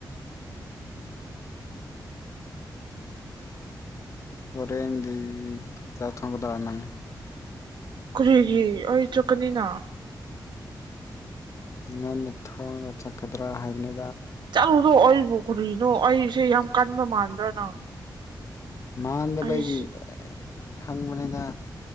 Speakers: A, on the left; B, on the right.
A: ꯍꯔꯦꯟꯗꯤ ꯆꯥꯛ ꯊꯣꯡꯒꯗꯔꯥ ꯅꯪ
B: ꯀꯔꯤꯒꯤ ꯑꯩ ꯆꯠꯀꯅꯤꯅ
A: ꯉꯟꯅ ꯊꯣꯡꯉꯒ ꯆꯠꯀꯗ꯭ꯔꯥ ꯍꯥꯏꯕꯅꯤ
B: ꯆꯠꯂꯨꯗꯣ ꯑꯩꯕꯨ ꯀꯨꯔꯤꯅꯣ ꯑꯩꯁꯦ ꯌꯥꯝ ꯀꯟꯕ ꯃꯥꯟꯕ꯭ꯔ ꯅꯪ
A: ꯃꯥꯟꯗꯕꯒꯤ
B: ꯑꯩꯁꯦ
A: ꯍꯪꯕꯅꯤꯗ